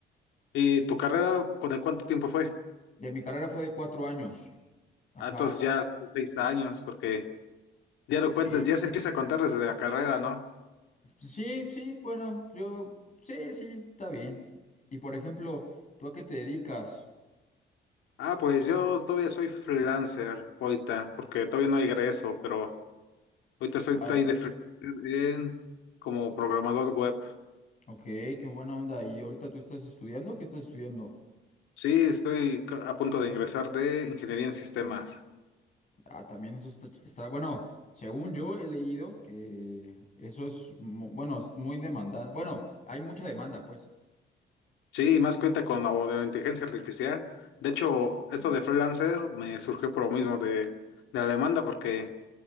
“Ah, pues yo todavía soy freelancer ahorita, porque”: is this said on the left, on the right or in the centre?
Left